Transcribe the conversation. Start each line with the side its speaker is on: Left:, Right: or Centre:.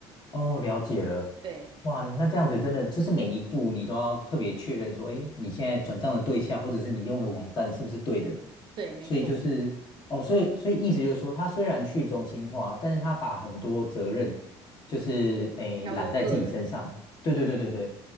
Left: 哦，了解了。
Right: 对
Left: 哇，那这样子真的就是每一步你都要特别确认说，哎，你现在转账的对象或者是你用的网站是不是对的？
Right: 对，没错，
Left: 所以就是哦，所以所以意思就是说，他虽然去中心化，但是他把很多责任就是诶揽在自己身上。
Right: 交由个人，
Left: 对对对对对，